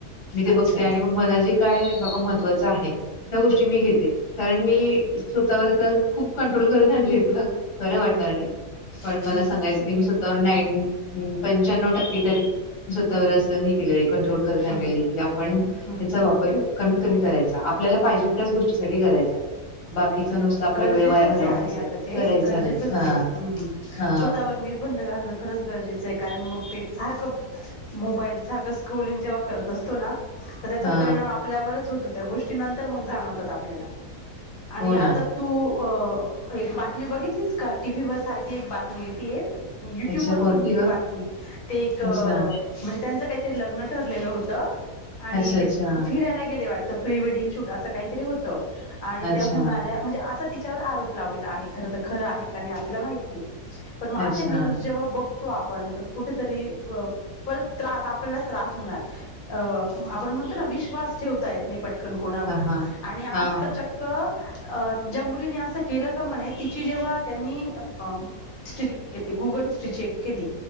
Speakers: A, on the left (about 80°); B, on the left (about 35°).
A: मी ते
B: अच्छा
A: बघते आणि
B: हम्म
A: मग मला जे काय बाबा महत्त्वाचं आहे. त्या गोष्टी मी घेते कारण मी स्वतःवर आता खूप कंट्रोल करत आणले हो. तुला खरं वाटणार नाही पण
B: हम्म
A: मला
B: हम्म
A: सांगायचं. पंक त स्वतवर.. कं करत आण
B: हम्म
A: क आपण त्याचा
B: हम्म
A: वापर कमीत कमी कराय. आपल्याला पाहिजे त्याच गोष्टी सा करायचा. बाकीचा नुसता आपला
B: गरजेचच
A: वेळ वाया घालवण्यासाठी
B: आहे आणि अग
A: करायचा
B: ते गरजेचच
A: नाही हा
B: ते्म हम्
A: हा
B: स्वतःवर नि.. बंद घालणं खरंच गरजेचं आहे कारण मग ते सारखं मोबाईल सारखं स्क्रोलिंग जेव्हा करत असतो ना.. तर त्याचा
A: हा
B: परिणाम आपल्यावरच होतो त्या गोष्टी नंतर मग जाणवतात आपल्याला.. आणि
A: हो ना
B: आता तू.. अ एक बातमी बघितलीच का टीव्ही वर सारखी एक बातमी य ती एक. युट्यूब
A: अच्छा
B: वर
A: कोणती
B: पण
A: ग
B: ती बातमी ते एक म्हणजे
A: अच्छा
B: त्यांच काही.. ते लग्न ठरलेलं होत आणि
A: अच्छा अच्छा
B: ते फिरायला गेले वाटत.. प्री वेडिंग शूट असं काहीतरी होतं आणि
A: अच्छा
B: त्या होणाऱ्या म्हणजे अस.. आरोप लावले ख ख का आपल्याला मा नाही पण अ
A: अच्छा
B: न्यूज जेव्हा ब.. आपण तर कुठेतरी परत त्रास आपल्यालाच त्रास होणार. अ आपण म्हणतो ना विश्वास ठेवता येत नाही पटकन कोणावर
A: हा हा
B: आणि आज
A: हा
B: च.. ज मुली अस केलं का म्हणे तिची जेव्हा त्यांनी.. ग चे केली